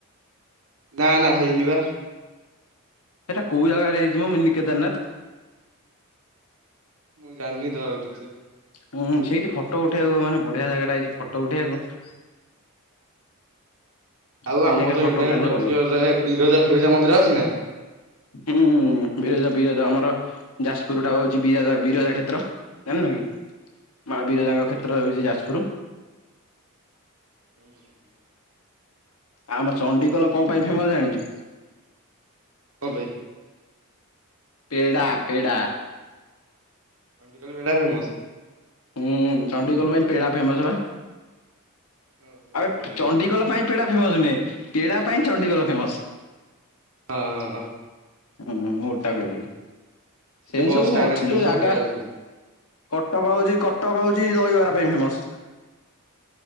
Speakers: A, on the right (about 65°); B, on the left (about 80°).
A: ନା ନା ହେଇନି ବା।
B: ସେଇଟା କୋଉଁ ଜାଗାରେ ହେଇଚି ମ ମିନି କେଦାରନାଥ?
A: ମୁଁ ଜାଣିନି ତାହେଲେ ଠିକ ସେ।
B: ଉୁଁ ଉୁଁ ସେଇଠି ଫଟୋ ଉଠେଇବାକୁ ମାନେ ବଢ଼ିଆ ଜାଗାଟା ହେଇଛି ଫଟୋ ଉଠେଇବାକୁ।
A: ଆଉ
B: ସେଇ
A: ଆମର
B: ଜାଗାରେ
A: ତ
B: ଫଟୋ
A: ଇଣ୍ଡିଆନ
B: ଉଠାନ୍ତେ
A: କଲଚର
B: ଭଲ
A: ର ବିରଜା ଫିରଜା ମନ୍ଦିର ଅଛି ନା?
B: ହୁଁ ବିରଜା ଫିରଜା ଆମର ଯାଜପୁର ଟା ହଉଛି ବିରଜା ବିରଜା କ୍ଷେତ୍ର ଜାଣିନ କି? ମା ବିରଜାଙ୍କ କ୍ଷେତ୍ର ହେଉଛି ଯାଜପୁର।
A: ହୁଁ ହୁଁ।
B: ଆମ ଚଣ୍ଡିଖୋଲ କଣ ପାଇଁ ଫେମସ ଜାଣିଛୁ?
A: କଣ ପାଇଁ?
B: ପେଡ଼ା ପେଡ଼ା।
A: ଚଣ୍ଡିଖୋଲରେ ପେଡ଼ା ଫେମସ?
B: ହୁଁ ଚଣ୍ଡିଖୋଲ ପାଇଁ ପେଡ଼ା ଫେମସ୍ ବା।
A: ଓହୋ
B: ଆବେ
A: ମୁଁ
B: ଚଣ୍ଡିଖୋଲ
A: ଜାଣିନି
B: ପାଇଁ ପେଡ଼ା ଫେମସ ନୁହେଁ ପେଡ଼ା ପାଇଁ ଚଣ୍ଡିଖୋଲ ଫେମସ୍।
A: ହଁ-ହଁ-ହଁ।
B: ହୁଁ ମୁଁ ମୁଁ ଓଲଟା କହିଥିଲ।
A: ସେଠି
B: ସେମିତି
A: ବସ୍
B: ସବୁ
A: ଷ୍ଟାଣ୍ଡରେ
B: ଅଛି
A: ଦେଖିବ
B: ସବୁ ଜାଗା।
A: ପେଡା ବିକୁଛି।
B: କଟକ ହଉଛି କଟକ ହଉଛି ଦହିବରା ପାଇଁ ଫେମସ୍।